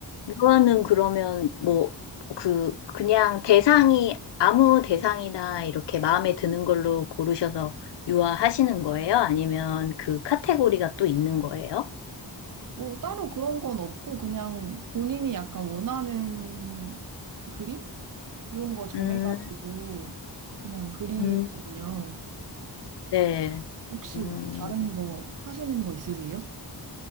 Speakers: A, on the left (about 70°); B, on the right (about 50°).
A: 유아는 그러면 뭐, 그, 그냥 대상이, 아무 대상이나 이렇게 마음에 드는 걸로 고르셔서 유아 하시는 거예요? 아니면 그 카테고리가 또 있는 거예요?
B: 뭐 따로 그런 건 없고 그냥 본인이 약간 원하는 그림 이런 거 정해가지고
A: 음,
B: 그냥 그리거든요.
A: 음, 네.
B: 혹시
A: 음,
B: 뭐 다른 거 하시는 거 있으세요?